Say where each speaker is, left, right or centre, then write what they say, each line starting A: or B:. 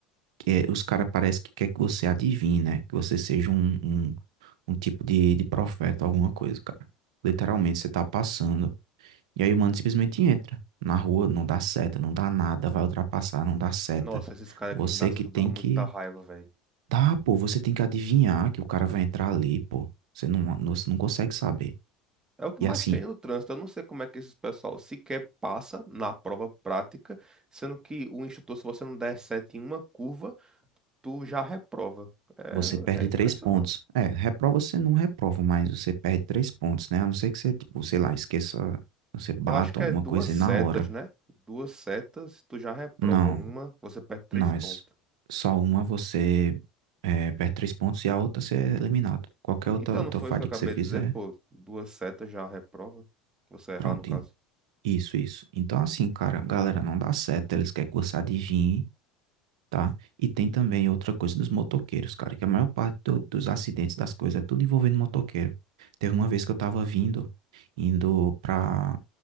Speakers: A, on the right; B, on the right.
A: que é- os caras parece que quer que você adivinhe, né? Que você seja um, um, um tipo de, de profeta, alguma coisa, cara. Literalmente, você tá passando. E aí o mano simplesmente entra na rua, não dá seta, não dá nada, vai ultrapassar, não dá seta.
B: Nossa, esses caras
A: Você
B: que não dá certo
A: que tem
B: dá muita
A: que.
B: raiva, velho.
A: Tá, pô, você tem que adivinhar que o cara vai entrar ali, pô. Você não, não- você não consegue saber.
B: É o que
A: E
B: mais
A: assim,
B: tem no trânsito. Eu não sei como é que esses pessoal sequer passa na prova prática, sendo que o instrutor, se você não der sete em uma curva, tu já reprova.
A: você perde
B: É, é impressionante.
A: três pontos. É, reprova você não reprova, mas você perde três pontos, né? A não ser que você, tipo, sei lá, esqueça, você bata
B: Eu acho que
A: alguma
B: é duas
A: coisa
B: setas,
A: e na hora.
B: né? Duas setas, tu já reprova.
A: Não,
B: Uma, você perde três
A: não, é
B: pontos.
A: s- só uma você é, perde três pontos e a outra você é eliminado. Qualquer outra,
B: Então,
A: outra
B: não foi
A: falha
B: isso que eu acabei
A: que você fizer,
B: de dizer, pô? Duas setas já reprova. Você errar,
A: pronto,
B: no caso.
A: Isso, isso. Então, assim, cara, galera, não dá certo. Eles querem que você adivinhe, tá? E tem também outra coisa dos motoqueiros, cara, que a maior parte do- dos acidentes, das coisas, é tudo envolvendo motoqueiro. Teve uma vez que eu tava vindo, indo pra,